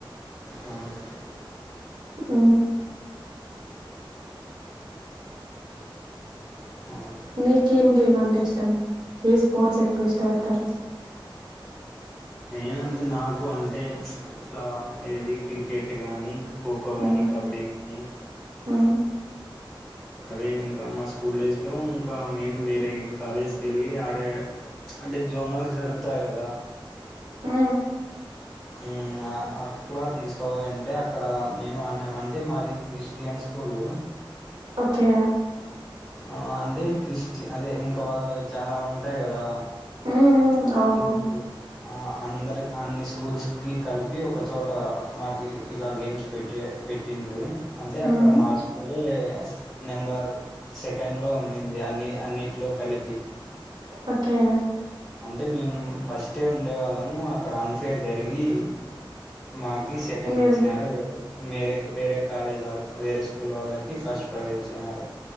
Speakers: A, in the centre; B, on the right (about 55°).
A: ఆ,
B: అ
A: ఆ.
B: మీకేం గేమ్ అంటే ఇష్టం ఏ స్పోర్ట్స్ ఎక్కువ ఇష్టపడతారు
A: ననంత నాకు అంటే ఇట్లా ఏది క్రికెట్ కానీ ఖోఖో
B: మ్మ్
A: కానీ కబడ్డీ కానీ
B: మ్మ్
A: అదే ఇంకా మా స్కూల్ డేస్లో ఇంకా మేము వేరే కాలేజ్కి వెళ్ళి ఆడే అంటే జోనల్ జరుగుతాయి కదా
B: హ
A: ఉమ్ అట్లా తీసుకపోయింటే అక్కడ మేము ఆన్యం అంటే మాది క్రిస్టియన్ స్కూలు
B: ఓకే
A: ఆ అంటే క్రిస్టి అదే ఇంకా వాళ్లవి చాలా ఉంటాయి కదా
B: మ్మ్ అవును
A: రుల్సు ఆ అందరి అన్ని స్కూల్స్ కి కలిపి ఒకచోట మాకి ఇలా గేమ్స్ పెట్టి పెట్టిండ్రి అంటే
B: మ్మ్
A: అక్కడ మా స్కూలే నెంబర్ సెకండ్ లో ఉన్నింది అన్ని అన్నిట్లో కలిపి
B: ఓకే
A: అంటే మేము ఫస్ట్ ఉండే వాళ్ళము అక్కడ అన్ఫేర్ జరిగి మా కి సెకండ్
B: మీరు
A: ఇచ్చినారు <inaudible> మీరే వేరే కాలేజ్ వాళ్ళు వేరే స్కూల్ వాళ్ళకి ఫస్ట్ ప్రైజ్ ఇచ్చినారు